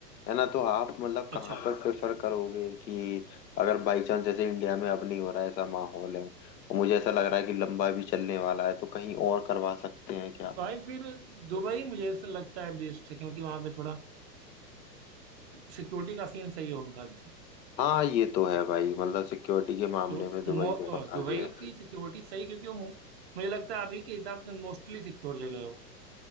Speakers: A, on the left; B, on the right.
A: है ना तो आप मतलब कहाँ
B: अच्छा
A: पर प्रेफर करोगे कि अगर बाई चांस जैसे इंडिया में अब नहीं हो रहा है ऐसा माहौल है और मुझे ऐसा लग रहा है कि लंबा भी चलने वाला है तो कहीं और करवा सकते हैं क्या
B: भाई फिर दुबई मुझे ऐसा लगता है बेस्ट है क्योंकि वहाँ पे थोड़ा सिक्योरिटी का सीन सही है उनका तो।
A: हाँ ये तो है भाई मतलब सिक्योरिटी के मामले
B: तो
A: में दुबई
B: मो-
A: बहुत
B: अ, दुबई
A: आगे है
B: की सिक्योरिटी सही क्योंकि वो मु- मुझे लगता है अभी के हिसाब से मोस्टली सिक्योर जगह है वो